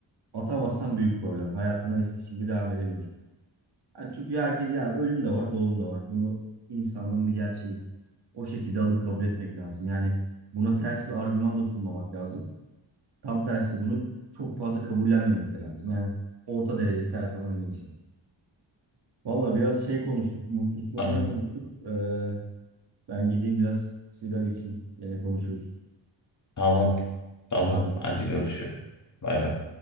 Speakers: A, on the right; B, on the left.
A: Atamazsan büyük problem. Hayatına eskisi gibi devam edemiyorsun. Yani çünkü herkes ya ölüm de var, doğum da var. Bunu insanlığın bir gerçeği. O şekilde alıp kabul etmek lazım. Yani buna ters bir argüman da sunmamak lazım. Tam tersi bunu çok fazla kabullenmemek de lazım. Yani orta derecesi her zaman en iyisi. Valla biraz şey konuştuk, mutsuz konular
B: Aynen.
A: konuştuk. Ee, ben gideyim biraz sigara içeyim. Yine konuşuruz.
B: Tamam. Tamam.
A: Hadi görüşürüz.
B: Hadi görüşürüz. Bay bay.